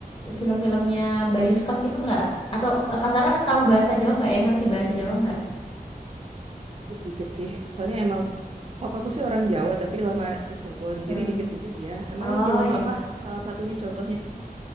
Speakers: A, on the left; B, on the right.
A: film-filmnya Bayu Skak gitu nggak? Atau eh, Kak Sarah tahu bahasa Jawa nggak ya? Ngerti bahasa Jawa nggak?
B: Dikit-dikit sih, soalnya emang Papaku sih orang Jawa tapi lama di Cirebon.
A: Hmm.
B: Jadi dikit-dikit ya. Emang
A: Oh
B: yang film
A: ya.
B: apa salah satunya contohnya?